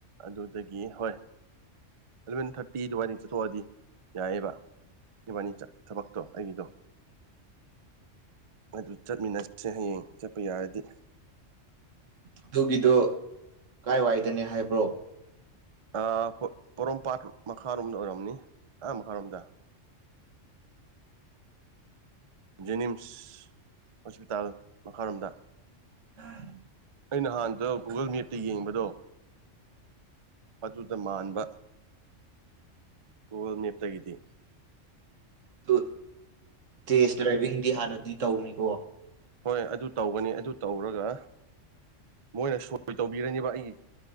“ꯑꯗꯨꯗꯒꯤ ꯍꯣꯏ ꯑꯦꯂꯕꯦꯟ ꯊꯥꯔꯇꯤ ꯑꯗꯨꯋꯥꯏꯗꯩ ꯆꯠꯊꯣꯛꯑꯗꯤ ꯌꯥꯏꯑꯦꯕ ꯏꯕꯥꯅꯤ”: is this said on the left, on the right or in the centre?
Right